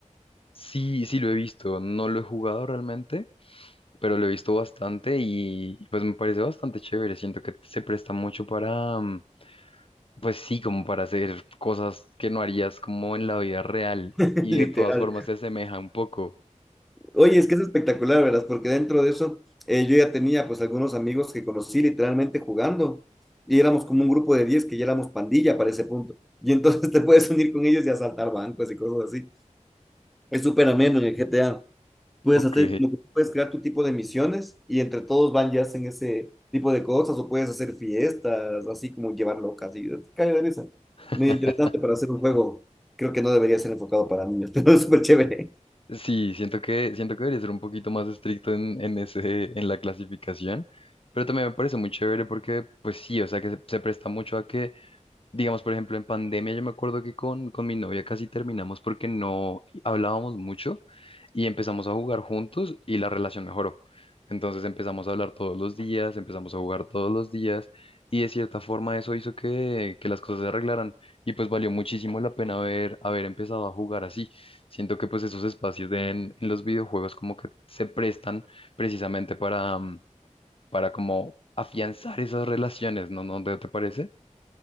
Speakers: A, on the left (about 45°); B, in the centre.
A: Sí, sí lo he visto, no lo he jugado realmente, pero lo he visto bastante y pues me parece bastante chévere. Siento que se presta mucho para, mm, pues sí, como para hacer cosas que no harías como en la vida real
B: <laughs>
A: y
B: literal.
A: de todas formas se asemeja un poco.
B: Oye, es que es espectacular, ¿verdad? Porque dentro de eso eh, yo ya tenía pues algunos amigos que conocí literalmente jugando y éramos como un grupo de 10 que ya éramos pandilla para ese punto. Y entonces <laughs> te puedes unir con ellos y asaltar bancos y cosas así. Es súper ameno en el GTA. Puedes
A: Ok.
B: hacer como que puedes crear tu tipo de misiones y entre todos van y hacen ese tipo de cosas o puedes hacer fiestas, así como llevar locas y cae de risa.
A: <laughs>
B: Muy interesante para hacer un juego. Creo que no debería ser enfocado para niños, <laughs> pero es súper chévere.
A: Sí, siento que, siento que debería ser un poquito más estricto en, en ese, en la clasificación, pero también me parece muy chévere porque, pues sí, o sea, que se, se presta mucho a que Digamos, por ejemplo, en pandemia yo me acuerdo que con, con mi novia casi terminamos porque no hablábamos mucho y empezamos a jugar juntos y la relación mejoró. Entonces empezamos a hablar todos los días, empezamos a jugar todos los días y de cierta forma eso hizo que, que las cosas se arreglaran y pues valió muchísimo la pena haber, haber empezado a jugar así. Siento que pues esos espacios de en, en los videojuegos como que se prestan precisamente para, mm, para como afianzar esas relaciones, ¿no? ¿No te te parece?